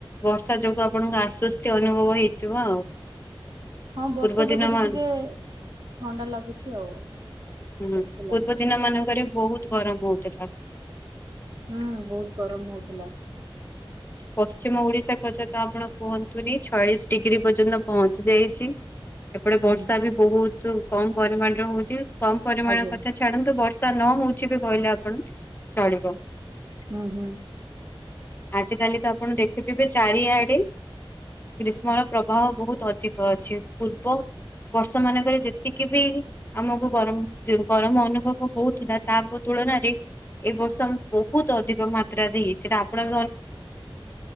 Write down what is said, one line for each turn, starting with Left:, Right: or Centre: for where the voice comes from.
Left: ବର୍ଷା ଯୋଗୁଁ ଆପଣଙ୍କୁ ଆଶ୍ଵସ୍ତି ଅନୁଭବ ହେଇଥିବ ଆଉ
Right: ହଁ ବର୍ଷା
Left: ପୂର୍ବ ଦିନ
Right: ଯୋଗୁରୁ
Left: ମାନ
Right: ଟିକେ ଥଣ୍ଡା ଲାଗୁଛି ଆଉ ଆଶ୍ୱସ୍ତି
Left: ହୁଁ ପୂର୍ବ
Right: ଲାଗୁଛି।
Left: ଦିନ ମାନଙ୍କରେ ବହୁତ ଗରମ ହଉଥିଲା।
Right: ହୁଁ ବହୁତ ଗରମ ହଉଥିଲା।
Left: ପଶ୍ଚିମ ଓଡିଶା କଥା ତ ଆପଣ କୁହନ୍ତୁନି ଛୟାଳିଶି ଡିଗ୍ରୀ ପର୍ଯ୍ୟନ୍ତ- - ପହଞ୍ଚି ଯାଇଛି ଏପଟେ
Right: ହୁଁ
Left: ବର୍ଷା ବି ବହୁତ କମ୍ ପରିମାଣରେ ହଉଛି। କମ୍ ପରିମାଣ
Right: ଆଜ୍ଞା
Left: କଥା ଛାଡନ୍ତୁ ବର୍ଷା ନ ହଉଛି ବି କହିଲେ ଆପଣ ଚଳିବ
Right: ହୁଁ ହୁଁ
Left: ଆଜ କାଲି ତ ଆପଣ ଦେଖୁଥିବେ ଚାରିଆଡେ ଗ୍ରୀଷ୍ମ ର ପ୍ରବାହ ବହୁତ ଅ- ଠିକ୍ ଅଛି ପୂର୍ବ ବର୍ଷ ମାନଙ୍କରେ ଯେତିକି ବି ଆମକୁ ଗରମ ଗରମ ଅନୁଭବ ହଉଥିଲା ତା ତୁଳନାରେ ଏ ବର୍ଷ ବହୁତ ଅଧିକ ମାତ୍ରାରେ ହେଇଛି ସେଟା ଆପଣ- -